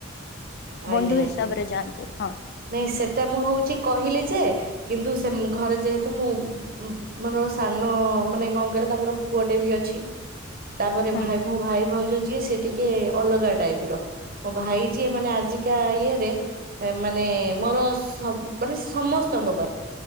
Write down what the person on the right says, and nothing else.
ଆଜ୍ଞା
ଆଜ୍ଞା।
ନାଇଁ, ସେଟା ମୁଁ ହଉଛି କହିଲି ଯେ, କିନ୍ତୁ ସେ ଘରେ ଯେହେତୁ ମୁଁ ଉମ୍ ମାଡ ସାନ-ଅ ମାନେ କଣ କହିଲ! ତାଙ୍କର ପୁଅଟେ ବି ଅଛି। ତା'ପରେ
ଭାଇ
ଭ ମୋ ଭାଇ ଭାଉଜ ଯିଏ ସିଏ ଟିକେ ଅଲଗା ଟାଇପ୍ ର। ମୋ ଭାଇ ଯିଏ, ମାନେ ଆଜିକା ଇଏ ରେ ମାନେ ମୋର ସବ୍ ମାନେ ସମସ୍ତଙ୍କ ପାଇଁ